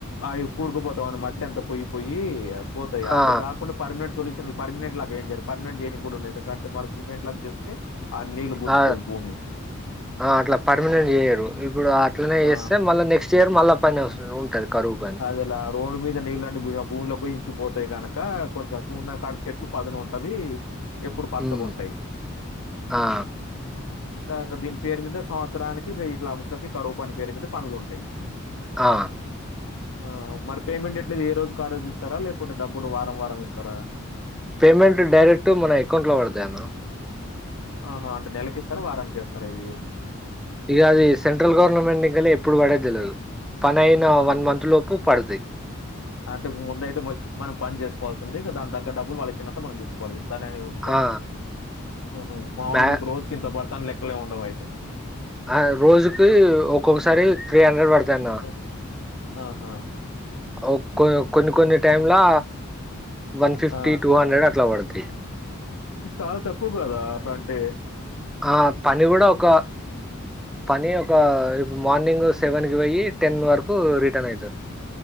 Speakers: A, on the left; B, in the centre.
A: అవి కూడుకుపోతావని మట్టంతా పొయి పోయీ. పోతాయి అట్లా
B: ఆ
A: గాకుండా పెర్మినెంట్ సొల్యూషన్లు పర్మినంట్లాగెం జర్. పర్మనెంట్ జేనిగూడుండది ఎందుకంటే మళ్ళీ సిమెంట్ లా జేస్తే ఆ నీళ్లు గుంజుకోదు
B: ఆ
A: భూమి.
B: ఆ అట్లా పర్మనెంట్ జేయర్ ఇప్పుడు అట్లనే
A: ఆ!
B: జేస్తే మళ్ళా నెక్స్ట్ ఇయర్ మళ్ళా. <unintelligible> ఉంటది. కరువు పని
A: అదెలా రోడ్డు మీద నీళ్ళాని బోయి ఆ భూమిలోకొయి ఇంకి. పోతాయి కనకా కొంచెం చూడ్నాకాడ చెట్లు పదునుంటది. ఎప్పుడు పచ్చగుంటాయి.
B: ఉమ్ ఆ
A: ఆ ఇంగా దీని పేరు మీద సంవ. చ్చడానికిగా ఇట్ల మనుషులకి కరూపని పేరు మీద పనులుంటాయి.
B: ఆ.
A: ఆ మరి పేమెంట్ ఎట్లది ఏ రోజు కారోజిస్తారా లేకుంటే డబ్బులు వారం వారం ఇస్తారా.
B: పేమెంట్ డైరెక్ట్ మన అకౌంట్లో బడతాయన్న.
A: ఆహా అంటే నెలకిస్తార, వారానికెస్తార ఇది.
B: ఇగా అది సెంట్రల్ గవర్నమెంట్ నికలి ఎప్పుడు బడేదెల్వదు. పనైన వన్ మంత్ లోపు పడతయ్.
A: అంటే ముందైతే మా మనం పని జేసుకోవాల్సింది ఇక దాని దగ్గ డబ్బులు వాళ్ళిచిన్నంత మనం దీసుకోవాలి ఇన్. తనేమీ ఉండదు.
B: ఆ
A: ఊహు మామూలు
B: మ్యా
A: మీకు రోజు కింత బడతాను లెక్కలే ఉండవు అయితే.
B: ఆ రోజుకి ఒక్కొక్కసారి త్రీ హండ్రెడ్ పడతాయాన్న.
A: అ ఆహా.
B: ఒక్కో కొన్ని కొన్ని టైంలా వన్ ఫిఫ్టీ,
A: ఆ
B: టూ హండ్రెడ్ అట్లా పడ్. టీ.
A: చాలా తక్కువ కదా అట్లాంటే.
B: ఆ పని గుడా ఒక, పని ఒక ఇప్పు మార్నింగ్ సెవెన్. పోయి టెన్ వరకు రిటర్న్ అయితరు.